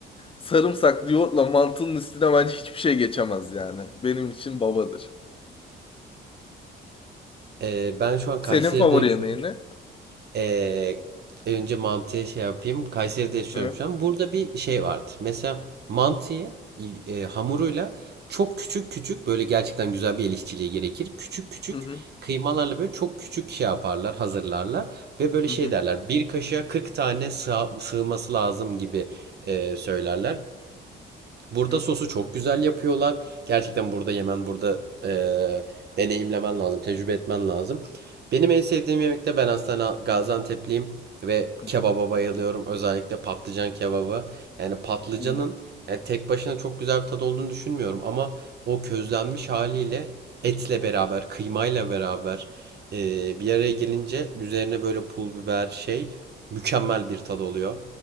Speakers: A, on the left; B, on the right.
A: sarımsaklı yoğurtla mantının üstüne bence hiçbir şey geçemez yani. Benim için babadır.
B: Ee, ben şu an
A: Senin
B: Kayseri'de
A: favori
B: yaşıyorum.
A: yemeğin ne?
B: Ee, önce mantıya şey yapayım. Kayseri'de yaşıyorum
A: Hı
B: şu an. Burada bir şey vardır. Mesela mantıyı e, hamuruyla çok küçük küçük böyle gerçekten güzel bir el işçiliği gerekir. Küçük küçük
A: hı
B: kıymalarla böyle çok küçük şey yaparlar, hazırlarlar ve böyle
A: hı
B: şey
A: hı.
B: derler. Bir kaşığa 40 tane sığ- sığması lazım gibi e, söylerler. Burada
A: hı
B: sosu çok güzel yapıyorlar. Gerçekten burada yemen, burada eee, deneyimlemen lazım, tecrübe etmen lazım. Benim en sevdiğim yemek de ben aslında Gaziantep'liyim ve
A: hı.
B: kebaba
A: hı.
B: bayılıyorum. Özellikle patlıcan kebabı. Yani patlıcanın
A: Hı,
B: yani tek başına çok güzel bir tadı olduğunu düşünmüyorum ama o közlenmiş haliyle etle beraber, kıymayla beraber eee, bir araya gelince üzerine böyle pul biber şey mükemmel bir tad oluyor.